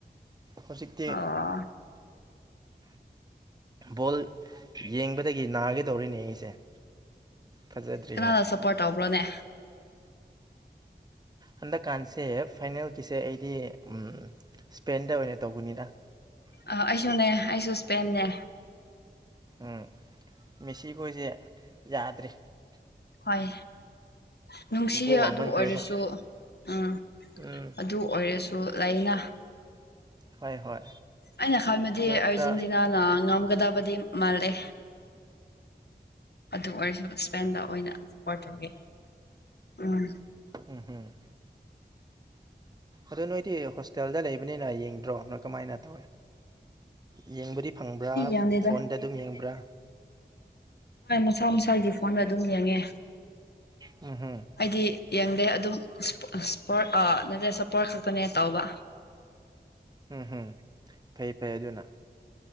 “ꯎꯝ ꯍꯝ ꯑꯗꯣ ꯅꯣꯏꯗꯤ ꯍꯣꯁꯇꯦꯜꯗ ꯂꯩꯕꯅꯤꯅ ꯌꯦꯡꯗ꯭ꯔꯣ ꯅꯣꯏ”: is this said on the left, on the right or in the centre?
Right